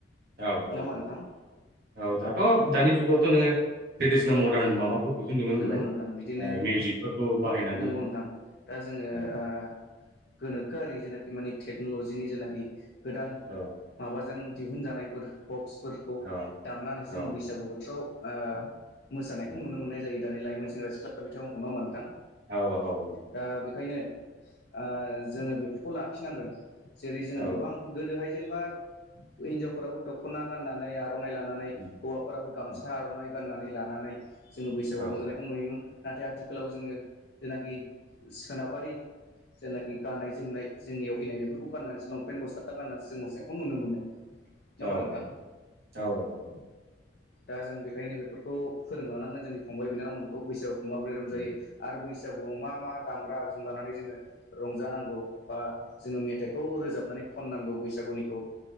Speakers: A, on the right; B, on the left.
A: औ औ
B: नङा होमबा
A: औ
B: नोंथां
A: औ दाथ' दानि
B: दा
A: जुगावथ' नोङो ट्रेडिसनेल
B: औ
A: मदार्न
B: नोंथां
A: माबाफोरखौसो नुनो मोनबाय
B: नंगौ नोंथां बिदिनो
A: मिउजिकफोरखौ बाहायनानै
B: नंगौ नोंथां दा जोङो
A: औ
B: ओ गोनोखोआरि मानि टेक्नलजिनि जेनाखि गोदान
A: औ
B: माबाजों दिहुनजानायफोर बक्सफोरखौ
A: औ
B: दामनानैसो
A: औ
B: जोङो बैसागु बोथोराव ओ मोसानायखौ
A: उम
B: नुनो मोननाय जायो। दानि लाइमोन सेंग्रा सिख्ला बिथांमोनखौ नङा होनबा नोंथां
A: औ औ उम
B: दा बेखायनो ओ जोङो बेफोरखौ लाखिनांगोन जेरै जोङो
A: औ
B: गोबां गोदोहाय ज जेनेबा हिनजावफोराबो दख'ना गाननानै आर'नाइ लानानै
A: उम
B: हौवाफोराबो गामसा
A: उम
B: आर'नाइ गाननानै लानानै जोङो बैसागु
A: औ
B: रंजानायखौ नुयोमोन नाथाय आथिखालाव जोङो जेनाखि सोनाबारि जेनाखि गाननाय जोमनाय जोंनियाव फैनाय बेफोरखौ गाननानैसो लंपेन्ट गस्ला गाननानै जों मोसाइखौ नुनो मोनो।
A: औ
B: होमबा
A: औ
B: नोंथां
A: औ औ औ
B: दा जों बेनिखायनो बेफोरखौ फोरोंलांनांगोन जोंनि फंबाय बिनानावमोनखौ बैसागु वाव माबोरै रंजायो
A: औ
B: आरो बैसागुआव मा मा दामग्रा आगजु लानानै जोङो रंजानांगौ बा जोङो मेथाइखौ रोजाबनानै खननांगौ बैसागुनिखौ